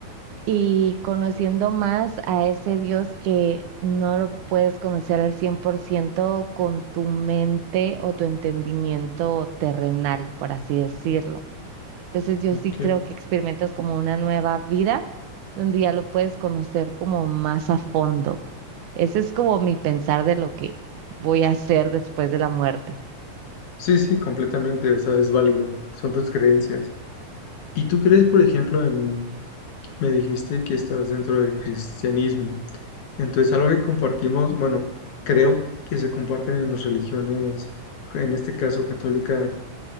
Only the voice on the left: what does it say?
Ok.
Sí, sí, completamente. O sea, es válido. Son tus creencias. ¿Y tú crees, por ejemplo, en, me dijiste que estás dentro del cristianismo? Entonces, algo que compartimos, bueno, creo que se comparten en las religiones, en este caso católica